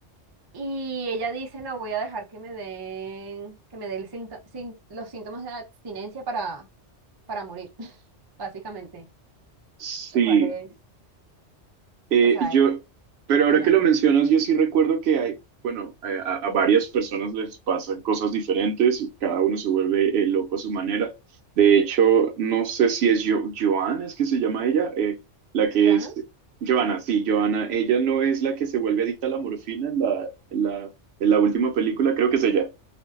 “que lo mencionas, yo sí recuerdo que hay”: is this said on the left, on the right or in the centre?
Right